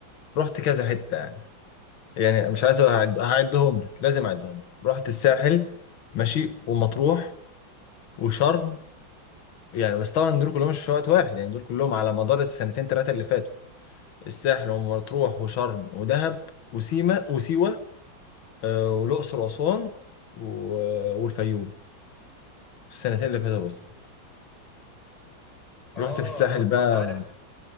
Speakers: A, on the left; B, on the left.
A: رحت كذا حتة يعني. يعني مش عايز أعد- هعدهم لك لازم اعدهم لك رحت الساحل ماشي ومطروح وشرم يعني بس طبعا دول كلهم مش في وقت واحد يعني دول كلهم على مدار السنتين ثلاثه اللي فاتوا الساحل ومطروح وشرم ودهب وسيما وسيوه آه، والاقصر واسوان و- والفيوم السنتين اللي فاتوا بس
B: اه
A: رحت في الساحل
B: اه
A: بقى
B: انت عارف